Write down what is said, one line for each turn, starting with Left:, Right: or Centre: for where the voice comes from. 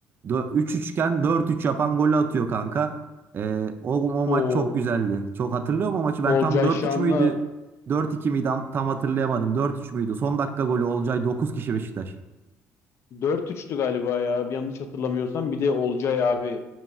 Right: dö- 3-3 iken 4 yapan golü atıyor kanka. Ee, o, o
Left: O
Right: maç çok güzeldi. Çok hatırlıyorum o maçı. Ben
Left: Olcay
Right: tam dört
Left: Şan'la
Right: üç müydü? Dört iki miydi? An- Tam hatırlayamadım. Dört üç müydü? Son dakika golü Olcay 9 kişi Beşiktaş.
Left: dört üçtü galiba ya. Bir yanlış hatırlamıyorsam. Bir de Olcay abi